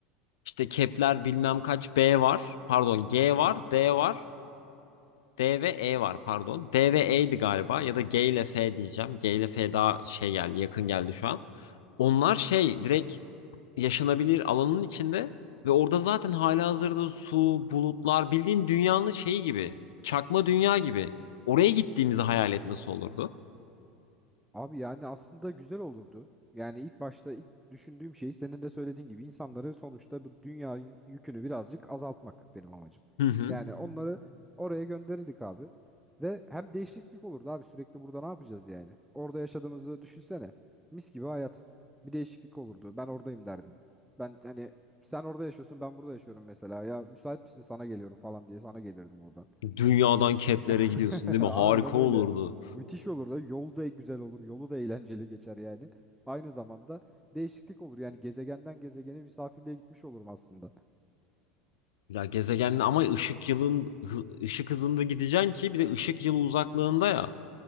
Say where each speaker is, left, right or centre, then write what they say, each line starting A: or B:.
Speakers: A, on the left; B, in the centre.
A: İşte Kepler bilmem kaç B var. Pardon G var, D var. D ve E var pardon. D ve E'ydi galiba ya da G ile F diyeceğim. G ile F daha şey geldi, yakın geldi şu an. Onlar şey direkt yaşanabilir alanın içinde ve orada zaten halihazırda su, bulutlar bildiğin dünyanın şeyi gibi. Çakma dünya gibi. Oraya gittiğimizi hayal et nasıl olurdu?
B: Abi yani aslında güzel olurdu. Yani ilk başta ilk düşündüğüm şey senin de söylediğin gibi insanları sonuçta bu dünyanın yükünü birazcık azaltmak benim amacım.
A: Hı hı.
B: Yani onları oraya gönderirdik abi. Ve hem değişiklik olurdu abi sürekli burada ne yapacağız yani? Orada yaşadığımızı düşünsene. Mis gibi hayat. Bir değişiklik olurdu. Ben oradayım derdin. Ben hani sen orada yaşıyorsun ben burada yaşıyorum mesela. Ya müsait misin sana geliyorum falan diye sana gelirdim oradan.
A: Dünyadan Kepler'e
B: <laughs>
A: gidiyorsun değil mi?
B: Aynen
A: Harika
B: öyle.
A: olurdu.
B: Müthiş olur da yolu da güzel olur. Yolu da eğlenceli geçer yani. Aynı zamanda değişiklik olur. Yani gezegenden gezegene misafirliğe gitmiş olurum aslında.
A: Ya gezegenle ama ışık yılın hı- ışık hızında gideceksin ki bir de ışık yılı uzaklığında ya.